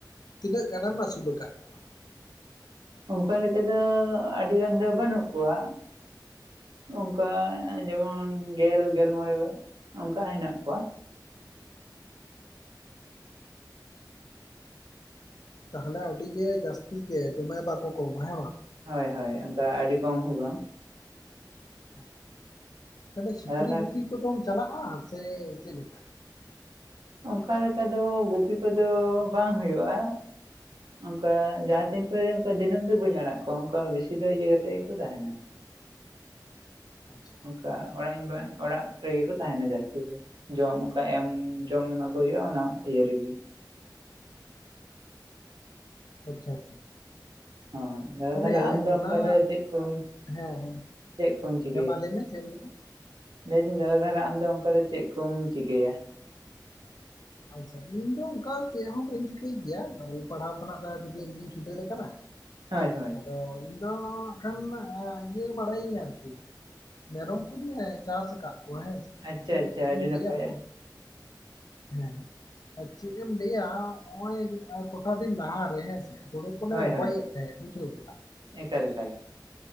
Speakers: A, on the left; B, on the right.
A: ᱛᱤᱱᱟᱹᱜ ᱜᱟᱱᱮᱢ ᱟᱹᱥᱩᱞ ᱟᱠᱟᱫ? ᱠᱚᱣᱟ
B: ᱚᱱᱠᱟ ᱞᱮᱠᱟ ᱫᱚ ᱟᱹᱰᱤ ᱜᱟᱱ ᱫᱚ ᱵᱟᱹᱱᱩᱜ ᱠᱚᱣᱟ, ᱚᱱᱠᱟ ᱡᱮᱢᱚᱱ ᱜᱮᱞ ᱜᱮᱞ ᱢᱚᱬᱮ ᱚᱱᱠᱟ ᱦᱮᱱᱟᱜ ᱠᱚᱣᱟ ᱾
A: ᱛᱟᱦᱚᱞᱮ ᱟᱹᱰᱤ ᱜᱮ ᱡᱟᱹᱥᱛᱤ ᱜᱮ, ᱫᱚᱢᱮ ᱵᱟᱠᱚ ᱠᱚᱢᱟ ᱦᱮᱸ ᱵᱟᱝ?
B: ᱦᱳᱭ ᱦᱳᱭ ᱚᱱᱠᱟ ᱟᱹᱰᱤ ᱠᱚᱢ ᱦᱚᱸ ᱵᱟᱝ ᱾
A: ᱟᱪᱪᱷᱟ ᱛᱟᱦᱚᱞᱮ ᱥᱩᱠᱨᱤ
B: ᱟᱫᱚ ᱛᱟᱦᱚᱞᱮ
A: ᱜᱩᱯᱤ ᱠᱚᱫᱚᱢ ᱪᱟᱞᱟᱜᱼᱟ ᱥᱮ ᱪᱮᱫ ᱞᱮᱠᱟ?
B: ᱚᱱᱠᱟ ᱞᱮᱠᱟ ᱫᱚ ᱜᱩᱯᱤ ᱠᱚᱫᱚ ᱵᱟᱝ ᱦᱩᱭᱩᱜᱼᱟ ᱚᱱᱠᱟ ᱡᱟᱦᱟᱸ ᱛᱤᱱ ᱠᱚᱨᱮ ᱚᱱᱠᱟ ᱫᱤᱱᱟᱹᱢ ᱫᱚ ᱵᱟᱹᱧ ᱟᱲᱟᱜ ᱠᱚᱣᱟ ᱚᱱᱠᱟ ᱵᱤᱥᱤ ᱫᱚ ᱤᱭᱟᱹ ᱠᱟᱛᱮᱜ ᱜᱮᱠᱚ ᱛᱟᱦᱮᱱᱟ ᱾
A: ᱟᱪᱪᱷᱟ ᱾
B: ᱚᱱᱠᱟ ᱚᱲᱟᱜ ᱤᱧ ᱵᱟ ᱚᱲᱟᱜ ᱨᱮᱜᱮ ᱠᱚ ᱛᱟᱦᱮᱱᱟ ᱡᱟᱹᱥᱛᱤ ᱫᱚ ᱡᱚᱢ ᱚᱱᱠᱟ ᱮᱢ ᱡᱚᱢ ᱮᱢᱟ ᱠᱚ ᱦᱩᱭᱩᱜᱼᱟ ᱚᱱᱟ ᱤᱭᱟᱹ ᱨᱮᱜᱮ ᱾
A: ᱟᱪᱪᱷᱟ ᱟᱪᱪᱷᱟ
B: ᱦᱳᱭ ᱫᱟᱫᱟ
A: ᱛᱟᱦᱚᱞᱮ
B: ᱟᱢ ᱫᱚ
A: ᱚᱱᱟ
B: ᱚᱱᱠᱟ ᱫᱚ ᱪᱮᱫ ᱠᱚᱢ
A: ᱦᱮᱸ
B: ᱪᱮᱫ ᱠᱚᱢ ᱪᱤ
A: ᱦᱮ ᱢᱟ ᱞᱟᱹᱭ ᱢᱮ ᱪᱮᱫ ᱮᱢ ᱞᱟᱹᱭᱫᱟ?
B: ᱞᱟᱹᱭᱫᱟᱹᱧ ᱫᱟᱫᱟ ᱛᱟᱦᱚᱞᱮ ᱟᱢᱫᱚ ᱚᱱᱠᱟ ᱫᱚ ᱪᱮᱫ ᱠᱚᱢ ᱪᱤᱠᱟᱹᱭᱟ?
A: ᱟᱪᱪᱷᱟ ᱤᱧ ᱫᱚ ᱚᱱᱠᱟ ᱪᱮᱫ ᱦᱚᱸ ᱵᱟᱹᱧ ᱪᱤᱠᱟᱹᱭ ᱜᱮᱭᱟ ᱚᱞ ᱯᱟᱲᱦᱟᱣ ᱠᱷᱚᱱᱟᱜ ᱫᱚ ᱟᱹᱰᱤ ᱫᱤᱱ ᱨᱮᱜᱤᱧ ᱪᱷᱩᱰᱟᱹᱨ ᱟᱠᱟᱱᱟ ᱾
B: ᱦᱳᱭ ᱦᱳᱭ
A: ᱟᱫᱚ ᱤᱧ ᱫᱚ ᱦᱟᱸᱜ ᱠᱷᱟᱱ ᱤᱭᱟᱹ ᱵᱟᱲᱟᱭᱤᱧ ᱟᱨᱠᱤ ᱢᱮᱨᱚᱢ ᱠᱩᱧ ᱪᱟᱥ ᱟᱠᱟᱫ ᱠᱚᱣᱟ ᱦᱮᱸᱥᱮ,
B: ᱟᱪᱪᱷᱟ
A: ᱟᱫᱚ
B: ᱟᱪᱪᱷᱟ
A: ᱪᱮᱫ
B: ᱟᱹᱰᱤ
A: ᱮᱢ ᱞᱟᱹᱭᱟ
B: ᱱᱟᱯᱟᱭ
A: ᱦᱮᱸ ᱟᱨ ᱪᱮᱫ ᱮᱢ ᱞᱟᱹᱭᱟ ᱱᱚᱜ-ᱚᱭ ᱠᱚᱴᱟ ᱫᱤᱱ ᱞᱟᱦᱟ ᱨᱮ ᱦᱮᱸ ᱥᱮ ᱦᱳᱲᱳ ᱠᱚᱞᱮ
B: ᱦᱳᱭ
A: ᱨᱚᱦᱚᱭᱮᱫ
B: ᱦᱳᱭ
A: ᱛᱟᱦᱮᱸᱫ ᱵᱩᱡᱷᱟᱹᱣ ᱠᱮᱫᱟᱢ ᱾
B: ᱮᱠᱟᱞ ᱮᱠᱟᱞ ᱾